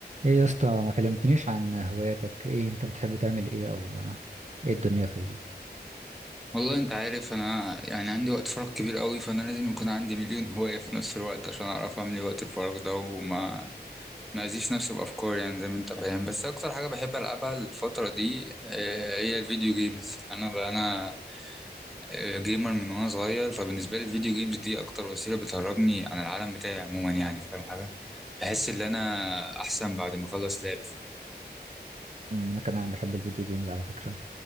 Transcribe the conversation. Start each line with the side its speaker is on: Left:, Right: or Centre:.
Right: ايه يا اسطى ما كلمتنيش عن هواياتك ايه انت بتحب تعمل ايه او ايه الدنيا في ال...
Centre: والله انت عارف انا يعني عندي وقت فراغ كبير قوي فانا لازم يكون عندي مليون هواية في نفس الوقت عشان اعرف املي وقت الفراغ ده وما ما ازيش نفسي بافكار يعني زي ما انت فاهم بس اكتر حاجة بحب العبها الفترة دي آه، هي الفيديو جيمز انا بقى انا آه، جيمر من وانا صغير فبالنسبة لي الفيديو جيمز دي اكتر وسيلة بتهربني عن العالم بتاعي عموما يعني فاهم حاجة بحس ان انا احسن بعد ما اخلص لعب
Right: أمم، انا كمان بحب الفيديو جيمز على فكرة